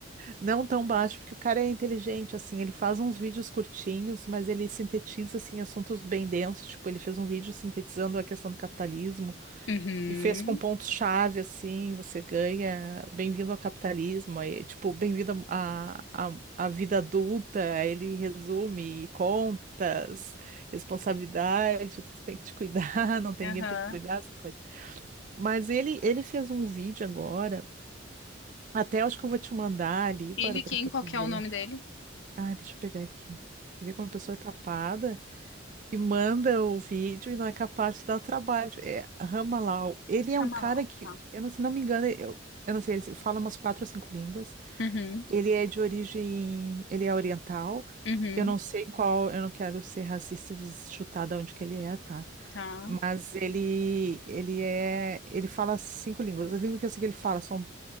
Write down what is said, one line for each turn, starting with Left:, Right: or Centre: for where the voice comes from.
Right: Não tão baixo, porque o cara é inteligente, assim, ele faz uns vídeos curtinhos, mas ele sintetiza, assim, assuntos bem densos. Tipo, ele fez um vídeo sintetizando a questão do capitalismo,
Left: Uhum,
Right: E fez com pontos-chave, assim, você ganha bem-vindo ao capitalismo, aí, tipo, bem-vindo à à- à vida adulta, aí ele resume contas, responsabilidade, tu tem que te cuidar, <laughs> não tem
Left: aham.
Right: ninguém para te cuidar, essas coisas. Mas ele, ele fez um vídeo agora, até acho que eu vou te mandar ali,
Left: Ele
Right: para, para,
Left: quem?
Right: para
Left: Qual
Right: tu
Left: que
Right: ver.
Left: é o nome dele?
Right: Ah, deixa eu pegar aqui. Tu vê como a pessoa é tapada? que manda o vídeo e não é capaz de dar o trabalho. É Ramalau. Ele é
Left: Ramalau,
Right: um cara que,
Left: tá.
Right: eu não, se não me engano, eu, eu não sei, ele fala umas quatro ou cinco línguas.
Left: Uhum,
Right: Ele é de origem, ele é oriental.
Left: uhum,
Right: Eu não sei qual, eu não quero ser racista e chutar de onde que ele é, tá?
Left: tá.
Right: Mas ele, ele é, ele fala cinco línguas. As línguas que eu sei que ele fala são